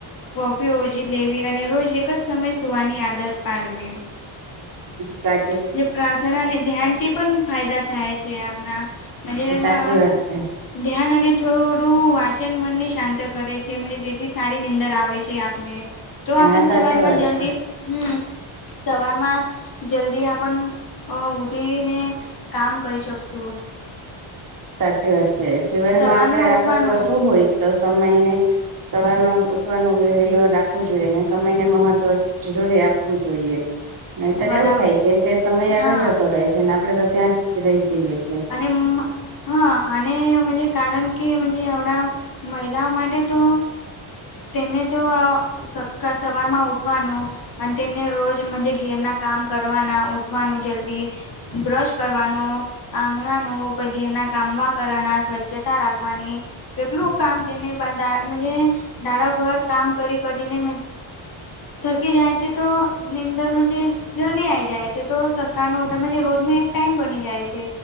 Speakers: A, on the left; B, on the right.
A: કોફી ઓજી લેવી અને રોજ એક જ સમય સુવાની આદત પાડવી
B: સા
A: પ્રાર્થનાને ધ્યાનથી પણ ફાયદા થાય છે આપણા હજ
B: સાચી
A: હા
B: વાત છે
A: ધ્યાન અને થોડું વાચન મનને શાંત કરે છે જેથી સારી નીંદર આવે છે ને તો
B: હા
A: આપણ
B: સાચી
A: સવારમાં
B: વાત
A: જલ્દી
B: છે
A: હમ સવારમાં જલ્દી આપણ ઉઊઠીને કામ કરી શકશું
B: સાચી વાત છે જીવનમાં
A: સવારમાં
B: આપડે આગળ
A: ઉઠવાનું
B: વધવુ હોય તો સમયને સવારમાં ઉઠવાનું રાખવું જોઈએ ને સમયને મહત્વ જરૂરી આપવું જોઈએ નહીતર
A: બરાબર
B: એવું થાય છે કે સમય આગળ
A: હા
B: જતો રહે છે અને આપડે તો ત્યાં જ રહી જઈએ છીએ
A: અને હા અનેજ કારણ કેજ એવડાા મહિલાઓ માટે તો તેને તો સક્ સવારમાં ઉઠવાનું અને તેને રોજજ ઘેરના કામ કરવાના ઉઊઠવાનું જલ્દી બ્રશ કરવાનો આંગણાનું ઉપ ઘેરના કામવા કરવાના સ્વચ્છતા રાખવાની કેટલું કામ તેને ધાડાભર કામ કરી કરીને થકી જાય છે તો નિનીંદર મજ જલ્દી આઈ જાય છે તો કામે ઉઠામાં જે રોજનો એક ટાઈમ બની જાય છે